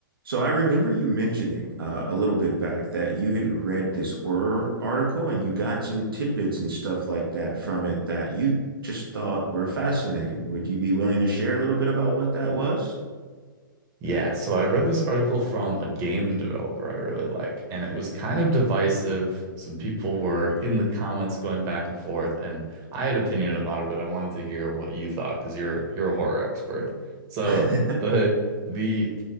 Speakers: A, on the right; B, on the right.
A: So I remember you mentioning uh, a little bit back that you had read this horror article and you got some tidbits and stuff like that from it that you just thought were fascinating. Would you be willing to share a little bit about what that was?
B: Yeah, so I read this article from a game developer I really like, and it was kind of divisive. Some people were in the comments going back and forth, and I had opinion about it, but I wanted to hear what you thought because you're you're a horror expert. So
A: <laughs>
B: the the